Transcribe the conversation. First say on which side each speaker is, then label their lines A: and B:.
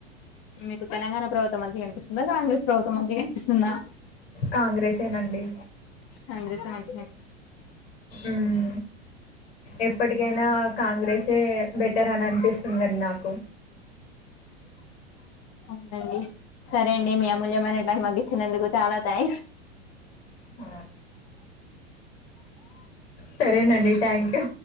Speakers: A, on the left; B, on the left.
A: మీకు తెలంగాణ ప్రభుతవం మంచిగా అనిపిస్తుందా కాంగ్రెస్ ప్రభుత్వం మంచిగా అనిపిస్తుందా
B: కాంగ్రెసేనండి
A: కాంగ్రెస్ మంచి
B: ఉమ్ ఎప్పటికైనా కాంగ్రెసే బెటర్ అని అనిపిస్తుంది అండి నాకు
A: అవునండి సరే అండి మీ అమూల్యమైన టైమ్ మాకిచి ఇచ్చినందుకు చాలా థాంక్స్
B: ఆ సరేనండి థాంక్యూ